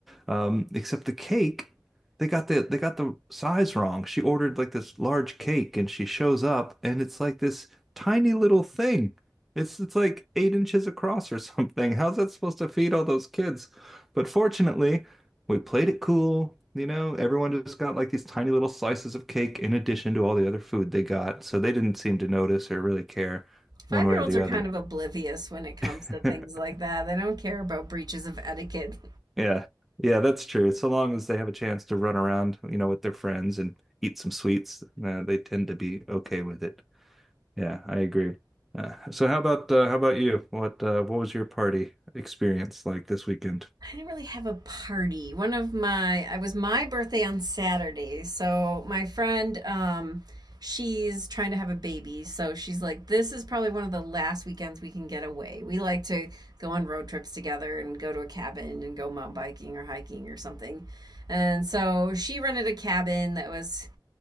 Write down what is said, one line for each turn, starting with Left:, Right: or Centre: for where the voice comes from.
Centre: Um, except the cake, they got the they got the size wrong. She ordered like this large cake, and she shows up, and it's like this tiny little thing. It's it's like eight inches across or <laughs> something. How's that supposed to feed all those kids? But fortunately, we played it cool. You know, everyone just got like these tiny little slices of cake in addition to all the other food they got, so they didn't seem to notice or really care
Right: Five
Centre: one way
Right: year
Centre: or
Right: olds
Centre: the
Right: are
Centre: other.
Right: kind of oblivious when it comes
Centre: <laughs>
Right: to things like that. They don't care about breaches of etiquette.
Centre: Yeah. Yeah, that's true. So long as they have a chance to run around, you know, with their friends and eat some sweets, uh, they tend to be okay with it. Yeah, I agree. Uh, so how about uh, how about you? What uh, what was your party experience like this weekend?
Right: I didn't really have a party. One of my, I was my birthday on Saturday. So my friend, um, she's trying to have a baby. So she's like, this is probably one of the last weekends we can get away. We like to go on road trips together and go to a cabin and go mountain biking or hiking or something. And so she rented a cabin that was